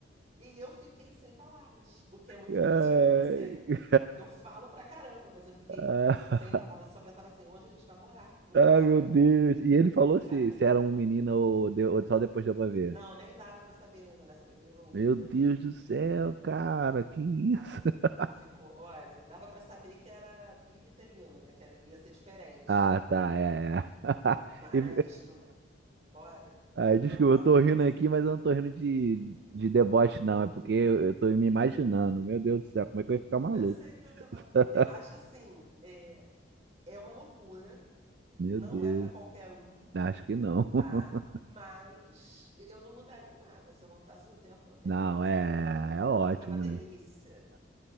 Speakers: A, on the right; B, on the right.
A: E eu fiquei sem palavras, o que é muito
B: Ai,
A: difícil de acontecer. Eu falo pra caramba, mas eu fiquei
B: ah,
A: sem palavras. Eu só pensava assim: onde a gente vai morar? Não
B: ah,
A: cabe,
B: meu Deus. E ele falou
A: não cabe.
B: se, se era um menino ou, de- ou só depois deu pra ver.
A: Não, nem dava pra saber ainda nessa primeira ultra.
B: Meu Deus do céu, cara, que isso?
A: Ai,
B: <laughs>
A: ficou. Olha, dava pra saber que era bivitelino, né? Que era- ia ser diferente.
B: Ah, tá, é, é. <laughs>
A: Mas
B: E-
A: não dá. Olha,
B: ah, desculpa,
A: foi uma maluquice.
B: eu tô rindo aqui, mas eu não tô rindo de, de deboche, não. É porque eu, eu tô me imaginando. Meu Deus do céu, como é que eu ia ficar
A: Não,
B: maluco?
A: eu sei que não é demora.
B: <laughs>
A: Eu acho assim, é, é uma loucura.
B: Meu
A: Não
B: Deus,
A: é pra qualquer um,
B: acho que não. <laughs>
A: tá? Mas eu não mudaria nada. Se eu voltasse no tempo, eu teria
B: Não,
A: igualzinho
B: é,
A: de novo.
B: é ótimo,
A: Porque é uma delícia.
B: né?